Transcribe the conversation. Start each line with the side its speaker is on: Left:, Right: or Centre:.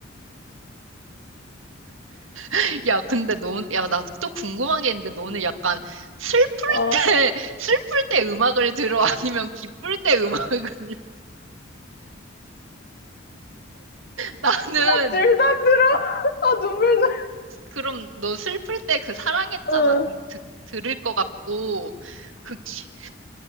Right: <laughs> 야, 근데 너, 야, 나 또 궁금한 게 있는데, 너는 약간 슬플
Left: 아,
Right: 때, <laughs> 슬플 때 음악을 들어? 아니면 기쁠 때 음악을? <laughs> 나는,
Left: 나 질다 들어. <laughs> 아, 눈물 나.
Right: 그럼 너 슬플 때 그 사랑했잖아
Left: 응.
Right: 듣, 듣- 들을 것 같고, 그 기,